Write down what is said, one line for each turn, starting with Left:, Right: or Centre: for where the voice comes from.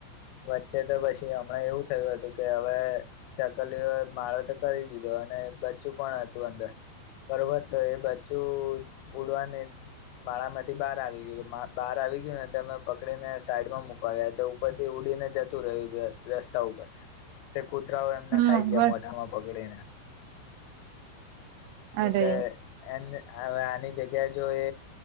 Left: વચ્ચે તો પછી હમણાં એવું થયું હતું કે હવે ચકલીઓ માળો તો કરી દીધો અને બચ્ચું પણ હતું અંદર, બરોબર? તો એ બચ્ચું ઉડવાની માળા માંથી બહાર આવી ગયું, બહાર આવી ગયું ને અમે પકડીને સાઈડ માં મુકવા ગયા તો ઉપર ઉડીને જતું રહ્યું છે રસ્તા ઉપર કૂતરાઓ એમને
Right: હમ
Left: ખાઈ ગયા
Right: બર
Left: મોઢામાં પકડેને
Right: અરે
Left: એટલે એન આની જગ્યાએ જો એ